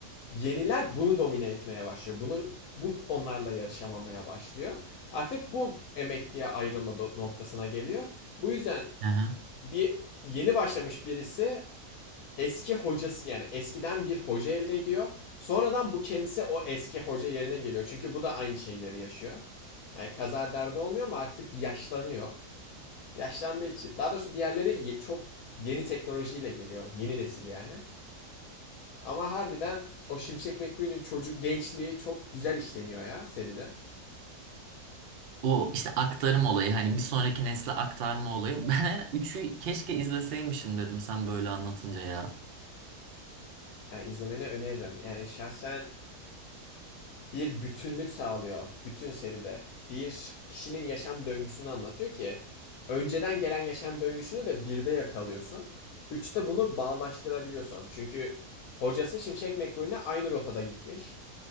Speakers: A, on the left (about 70°); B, on the right (about 80°).
A: Yeniler bunu domine etmeye başlıyor. Bunu bu onlarla yarışamamaya başlıyor. Artık bu emekliye ayrılma noktasına geliyor. Bu yüzden
B: Hı hı.
A: bir yeni başlamış birisi eski hocası yani eskiden bir hoca elde ediyor. Sonradan bu kendisi o eski hoca yerine geliyor. Çünkü bu da aynı şeyleri yaşıyor. Yani kaza derdi olmuyor ama artık yaşlanıyor. Yaşlandığı için. Daha doğrusu diğerleri ye- çok yeni teknolojiyle geliyor. Yeni nesil yani. Ama harbiden o Şimşek McQueen'in çocuk gençliği çok güzel işleniyor ya seride.
B: O işte aktarım olayı hani bir sonraki nesle aktarma olayı. <laughs> Ben üçü keşke izleseymişim dedim sen böyle anlatınca ya.
A: Yani izlemeni öneririm. Yani şahsen bir bütünlük sağlıyor bütün seride. Bir kişinin yaşam döngüsünü anlatıyor ki önceden gelen yaşam döngüsünü de birde yakalıyorsun. Üçte bunu bağlaştırabiliyorsun. Çünkü hocası Şimşek McQueen'le aynı rotada gitmiş.